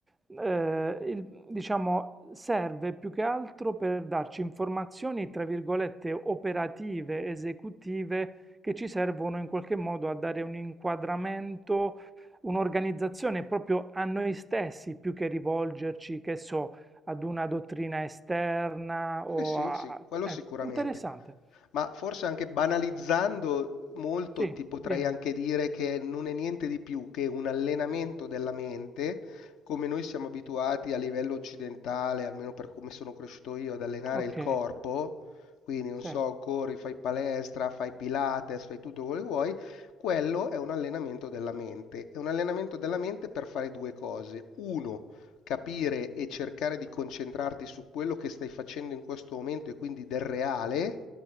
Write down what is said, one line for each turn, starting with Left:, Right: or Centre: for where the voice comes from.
Right: eh, il- diciamo, serve più che altro per darci informazioni, tra virgolette, operative, esecutive, che ci servono in qualche modo a dare un inquadramento un'organizzazione proprio a noi stessi più che rivolgerci, che so, ad una dottrina esterna o
Left: Eh sì,
Right: a...
Left: sì, quello
Right: È
Left: sicuramente.
Right: interessante.
Left: Ma forse anche banalizzando molto
Right: Sì,
Left: ti potrei
Right: dimmi.
Left: anche dire che non è niente di più che un allenamento della mente, come noi siamo abituati a livello occidentale, almeno per come sono cresciuto io, ad allenare
Right: Ok,
Left: il corpo. Quindi, non
Right: sì,
Left: so, corri, fai palestra, fai pilates, fai tutto quello che vuoi. Quello è un allenamento della mente. È un allenamento della mente per fare due cose. Uno, capire e cercare di concentrarti su quello che stai facendo in questo momento e quindi del reale.